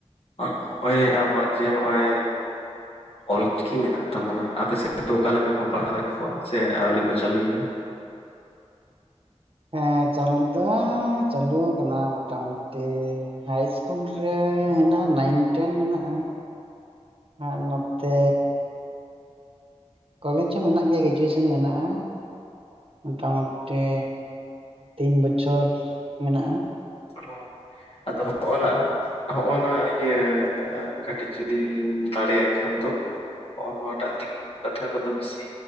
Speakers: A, on the left; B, on the right.
A: ᱟᱸ ᱦᱚᱸᱜᱼᱚᱭ ᱟᱵᱚᱣᱟᱜ ᱡᱮ ᱦᱚᱸᱜᱼᱚᱭ
B: <inaudible>
A: ᱚᱞ ᱪᱤᱠᱤ ᱢᱮᱱᱟᱜ ᱛᱟᱵᱚᱱᱟ ᱟᱯᱮ ᱥᱮᱫ ᱫᱚ ᱚᱠᱟ ᱞᱮᱠᱟ ᱠᱚ ᱯᱟᱲᱦᱟᱣᱮᱫ ᱠᱚᱣᱟ, ᱥᱮ ᱟᱹᱣᱨᱤ ᱠᱚ ᱪᱟᱹᱞᱩᱭᱟ?
B: ᱦᱮᱸ ᱪᱟᱹᱞᱩ ᱫᱚ ᱪᱟᱹᱞᱩ ᱟᱠᱟᱱᱟ ᱢᱚᱴᱟ ᱢᱩᱴᱤ ᱦᱟᱭ ᱤᱥᱼᱼ ᱠᱩᱞ ᱨᱮ ᱦᱮᱱᱟᱜᱼᱟ, ᱱᱟᱭᱤᱱ ᱴᱮᱱ ᱢᱮᱱᱟᱜᱼᱟ ᱾ ᱦᱟᱸᱜ ᱱᱚᱛᱮᱼᱼ ᱠᱚᱞᱮᱡᱽ ᱦᱚᱸ ᱢᱮᱱᱟᱜ ᱜᱮᱭᱟ ᱜᱨᱮᱡᱩᱭᱮᱥᱚᱱ ᱢᱮᱱᱟᱜᱼᱟ ᱾ ᱢᱚᱴᱟ ᱢᱩᱴᱤ ᱛᱤᱱ ᱵᱚᱪᱷᱚᱨ ᱢᱮᱱᱟᱜᱼᱟ ᱾
A: ᱳ ᱟᱫᱚ ᱦᱚᱜᱼ ᱱᱟ <unintelligible> ᱱᱚᱜᱼᱚ ᱱᱟ ᱤᱭᱟᱹ ᱠᱟᱹᱴᱤᱡ ᱡᱩᱫᱤᱢ ᱫᱟᱲᱮᱭᱟᱜ ᱠᱷᱟᱱ ᱫᱚ ᱾ ᱱᱚᱜᱼᱚ ᱱᱚᱣᱟᱴᱟᱜ ᱫᱤᱠᱩ ᱠᱟᱛᱷᱟ ᱠᱚᱫᱚ ᱵᱤᱥᱤ